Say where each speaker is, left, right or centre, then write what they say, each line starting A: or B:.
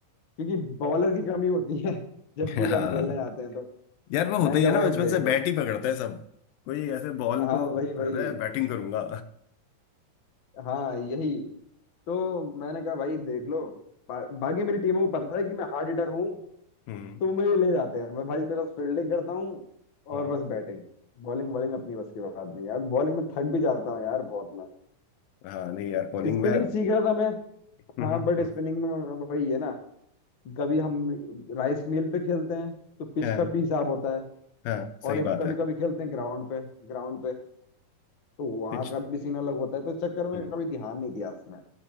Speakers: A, on the left; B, on the left.
A: क्योंकि बॉलर की कमी होती है <laughs> जब
B: हाँ
A: भी हम खेलने आते हैं तो
B: यार वो होता
A: मैंने
B: ही
A: कहा
B: है
A: भाई
B: ना बचपन
A: अब देख
B: से
A: लो
B: बैट ही पकड़ते हैं सब कोई ऐसे बॉल
A: हाँ
B: को
A: वही वही
B: अरे बैटिंग करूंगा
A: हाँ यही तो मैंने कहा भाई देख लो बा, बाकी मेरी टीमों को पता है कि मैं हार्ड हिटर हूँ
B: हम्म
A: तो मुझे ले जाते हैं मैं भाई मैं बस फील्डिंग करता हूँ
B: हम्म
A: और बस बैटिंग बॉलिंग बॉलिंग अपनी बस की बात नहीं यार बॉलिंग में थक भी जाता हूँ यार बहुत मैं
B: हाँ नहीं यार बॉलिंग
A: स्पिनिंग
B: में हम्म
A: सीख रहा था मैं
B: हम्म,
A: हाँ बट स्पिनिंग में वही है ना कभी हम राइस मिल पे खेलते हैं तो पिच
B: हाँ
A: का भी हिसाब होता है
B: हाँ सही
A: और एक
B: बात
A: कभी
B: है
A: कभी खेलते हैं ग्राउंड पे ग्राउंड पे तो वहां
B: पिच
A: का भी सीन अलग होता है तो इस चक्कर में
B: हम्म
A: कभी ध्यान नहीं दिया उसमें